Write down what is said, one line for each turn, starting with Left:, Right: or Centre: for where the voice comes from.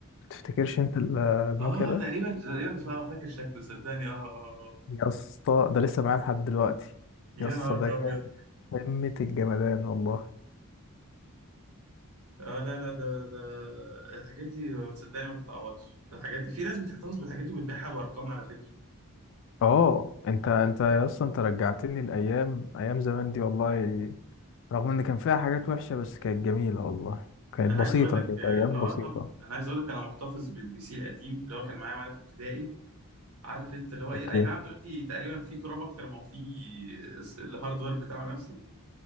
Left: تفتكرش أنت ال- النوكيا
Right: آه
Left: ده
Right: تقريبا تقريبا فا- فاكر شكله صدقني آه آه آه
Left: يا اسطى ده لسه معايا لحد دلوقتي
Right: يا
Left: يا اسطى
Right: نهار
Left: ده
Right: أبيض
Left: كان قمة الجمدان والله
Right: آه لا لا ده ده الحاجات دي صدقني ما تتعوضش الحاجات دي في ناس بتحتفظ بالحاجات دي وبتبيعها بأرقام على فكرة
Left: اه انت انت اصلا انت رجعتني الايام ايام زمان دي والله رغم ان كان فيها حاجات وحشه بس كانت جميله والله كانت
Right: انا
Left: بسيطه
Right: عايز اقول لك
Left: كانت
Right: اه
Left: ايام
Right: آه
Left: بسيطه
Right: طبعا انا عايز اقول لك انا محتفظ بالبي سي القديم اللي هو كان معايا وانا في ابتدائي عارف انت اللي هو ايه
Left: اوكي
Right: اي نعم دلوقتي تقريبا في تراب اكتر ما هو في الهاردوير بتاعه نفسه